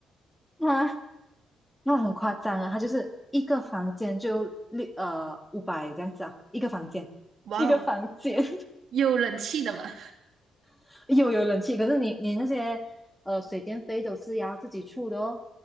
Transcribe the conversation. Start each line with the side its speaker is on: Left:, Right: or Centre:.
Centre: 啊。那很夸张啊，它就是一个房间就六呃五百这样子啊，一个房间，
Right: 哇哦，
Centre: 一个房间
Right: 有冷气的嘛？
Centre: <laughs> 有有冷气，可是你你那些呃水电费都是要自己出的哦。